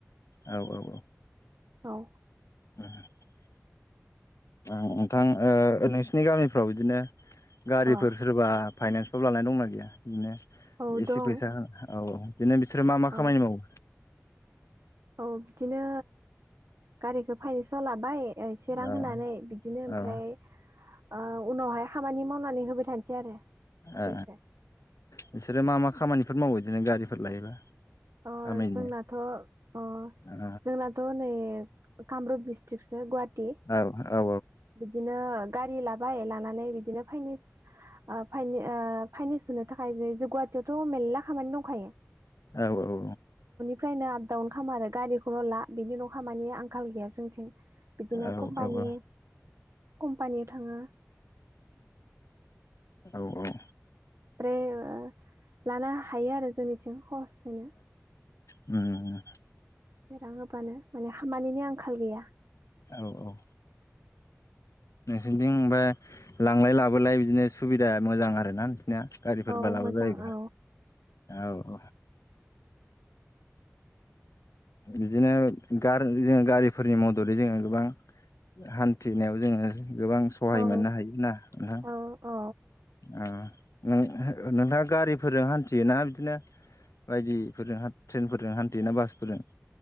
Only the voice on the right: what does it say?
औ
औ
औ
दं
औ
औ बिदिनो गारिखौ फाइनेसआव लाबाय ओ एसे रां
होनानै बिदिनो ओमफ्राय
आ उनावहाय खामानि मावनानै होबाय थानोसै आरो जेसे
अ
जोंनाथ' अ
जोंनाथ' नै कामरुप डिस्ट्रिक्टसो गुवाहाटी
बिदिनो गारि लाबाय लानानै बिदिनो फाइनेस ओ फाइने ओ फाइनेस सोनो थाखाय नै जो गुहाटीयावथ' मेरला खामानि दंखायो।
फ्रायनो आप डाउन खामो आरो गारिखौल' ला बिनि उनाव' खामानि आंखाल गैया जोंथिं बिदिनो
कम्पानि
कम्पानियाव थाङो
फ्राय ओ लानो हायो आरो जोंनिथिं खहसैनो
रां होबानो माने खामानिनि आंखाल गैया।
औ
मोजां
औ
औ
औ औ